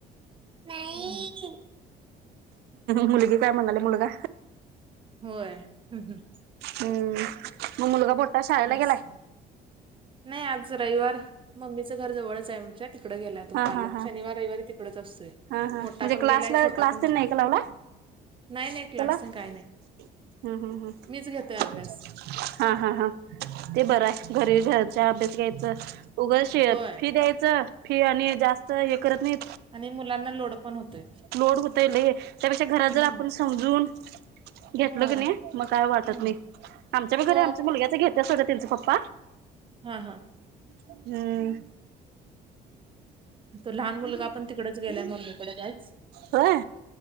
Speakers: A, on the right; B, on the right.
A: नाही
B: मुलगी काय म्हणाली मुलगा
A: होय ह् हम्
B: हम्म मग मुलगा बोटा शाळेला
A: आज
B: गेलाय
A: नाही आज रविवार मम्मीचं घर जवळच आहे म्हणज तिकड गेलाय तू
B: हा
A: काल
B: हा हा
A: शनवार रविवारी तिकडच असतोय
B: हा हा
A: मोठा
B: म्हणजे
A: पण
B: क्लासला
A: गेलाय छोटा
B: क्लास
A: पण
B: दि नाही का लावला
A: नाही नाही क्लास
B: चला हम्म
A: तेन काय नाही.
B: हम्म हम्
A: मीच घेतोय अभ्यास
B: हा हा हा ते बरं आहे घरी घराचा अभ्यास घ्यायचां उघडशी
A: होय
B: फी द्यायचं फी आणि जास्त हे करत नाही
A: आणि मुलांना लोड पण होतोय
B: लोड होत त्यापेक्षा घरात जर
A: हम्म.
B: आपण समजून घेतल
A: होय
B: क नाही मग काय वाटत
A: हम्म
B: नाही आमच्या प घर
A: तो
B: आमच्या मुलग्याच घेत तस होतं तचा पप्पा
A: हा हा
B: हम्म
A: तू लहान मुलगा पण तिकडच गेलाय मम्मीकडे काच
B: होय